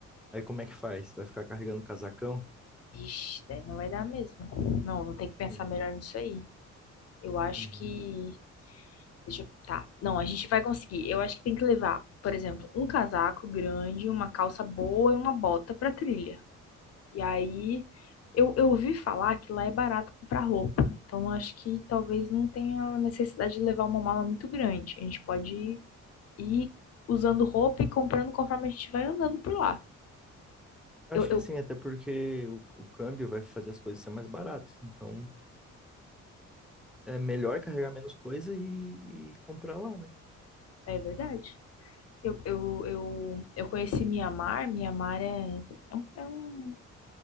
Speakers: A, in the centre; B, on the left.
A: Aí como é que faz? Vai ficar carregando casacão?
B: Ixi, daí não vai dar mesmo. Não, vou ter que pensar
A: É.
B: melhor nisso aí. Eu acho
A: Uhum.
B: que. Deixa eu. Tá. Não, a gente vai conseguir. Eu acho que tem que levar, por exemplo, um casaco grande, uma calça boa e uma bota pra trilha. E aí eu, eu ouvi falar que lá é barato comprar roupa. Então acho que talvez não tenha necessidade de levar uma mala muito grande. A gente pode ir usando roupa e comprando conforme a gente vai andando por lá.
A: Eu
B: Eu,
A: Acho
B: eu,
A: que sim, até porque o, o câmbio vai fazer as coisas ser mais baratas. Então, é melhor carregar menos coisa e, e comprar lá, né?
B: é verdade. Eu, eu, eu, eu conheci Mianmar. Mianmar é, é, um, é um,